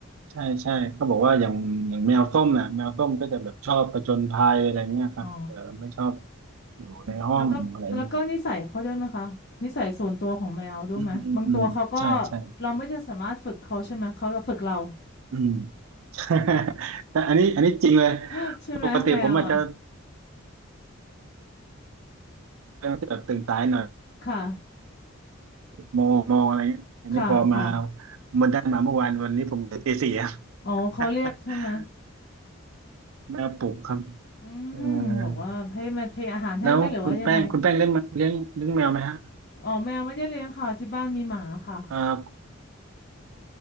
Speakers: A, on the right (about 75°); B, on the left (about 50°).
A: ใช่ใช่เขาบอกว่าอย่างอย่างแมวส้มน่ะแมวส้มก็จะแบบชอบผจญภัยอะไรเงี้ยครับเออไม่ชอบ
B: อ๋อ
A: อยู่ในห้องอะไรเงี้ย
B: แล้วก็แล้วก็นิสัยเขาด้วยไหมคะ นิสัยส่วนตัวของแมวด้วยไหมบางตัวเขาก็
A: อืมอืมอืมใช่ใช่
B: เราไม่จะสามารถฝึกเขาใช่ไหมเขาจะฝึกเรา
A: อืม <laughs> แต่อันนี้อันนี้จริงเลย
B: <laughs> ใช่ไหมแมวอ่ะ
A: ปกติผมอาจจะเป็นแบบตื่นสายหน่อย
B: ค่ะ
A: โมงโมงอะไรเงี้ยอันนี้พอมา
B: ค่ะ ค่ะ
A: มันได้มาเมื่อวานวันนี้ผมตื่นตีสี่อะ
B: อ๋อเขาเรียกใช่ไหม
A: <laughs> แมวปลุกครับ
B: อืมบอกว่าให้มาเทอาหารให้ไหมหรือว่ายังไง
A: เออแล้วคุณแป้งคุณแป้งเลี้ยงเลี้ยงเลี้ยงแมวไหมฮะ
B: อ๋อแมวไม่ได้เลี้ยงค่ะที่บ้านมีหมาค่ะ
A: เออ